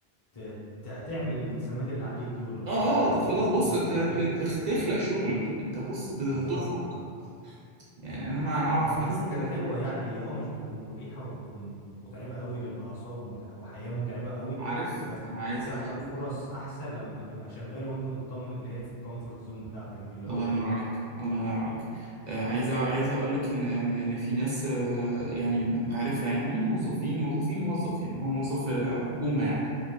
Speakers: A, on the left (about 30°); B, on the right (about 55°).
A: ت ت- تعمل الالتزامات اللي عليك دي والاقساط
B: اه
A: اللي
B: اه طب
A: عليك
B: خلاص
A: والديون
B: بص ت-
A: اللي
B: ت-
A: عليك
B: تخ- تخلق شغل انت بص ب- هتفرق
A: بالظبط كده
B: يعني انا اعرف
A: فبشوف
B: ناس
A: دي
B: آه،
A: حاجة حلوة يعني هي اه مش بتكون مريحة وبتكون متعبة قوي للأعصاب ومتع... وحياة متعبة قوي
B: عارف
A: بس
B: انا
A: دي
B: عايز
A: بتفتح
B: احكي
A: لك
B: لك
A: فرص أحسن لما تبقى شغال وأنت مطمن اللي هي في الكومفورت زون بتاعتك دي اللي هو
B: الله
A: إيه
B: ينور عليك الله ينور عليك آه، عايز عايز اقول لك ان ان إن في ناس آه، يعني معرفه يعني موظفين موظفين موظف يعني هو موظف في حكومه يعني